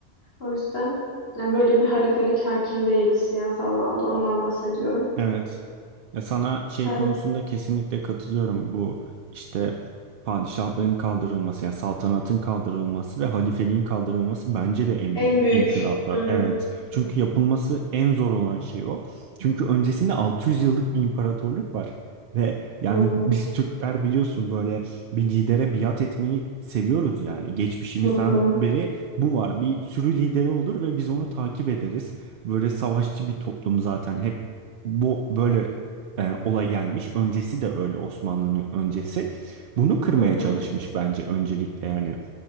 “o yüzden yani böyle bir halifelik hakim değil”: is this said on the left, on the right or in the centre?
Left